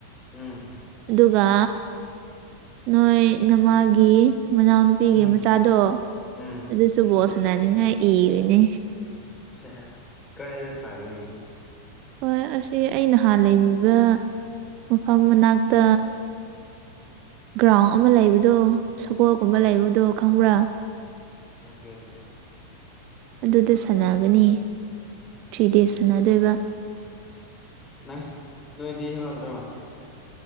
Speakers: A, on the left (about 15°); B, on the right (about 40°).
A: ꯎꯝ
B: ꯑꯗꯨꯒ ꯅꯣꯏ ꯅꯃꯥꯒꯤ ꯃꯅꯥꯎꯅꯨꯄꯤꯒꯤ
A: ꯎꯝ
B: ꯃꯆꯥꯗꯣ
A: ꯎꯝ
B: ꯑꯗꯨ ꯁꯨꯨꯕꯣꯁꯅꯥꯅꯤꯉ ꯏꯅꯦ
A: <unintelligible>
B: ꯍꯣꯏ ꯑꯁꯤ ꯑꯩ ꯅꯍꯥꯟ ꯂꯩꯃꯤꯕ ꯃꯐꯝ ꯃꯅꯥꯛꯇ ꯒ꯭ꯔꯥꯎꯟ ꯑꯃ ꯂꯩꯕꯗꯣ ꯁꯒꯣꯜꯒꯨꯝꯕ ꯂꯩꯕꯗꯣ ꯈꯪꯕ꯭ꯔꯥ
A: ꯂꯀꯦꯒꯦ
B: ꯑꯗꯨꯗ ꯁꯥꯟꯅꯒꯅꯤ ꯊ꯭ꯔꯤ ꯗꯦꯖ ꯁꯥꯟꯅꯗꯣꯏꯕ
A: ꯅꯪ ꯅꯣꯏꯗꯤ ꯌꯥꯎꯗ꯭ꯔꯣ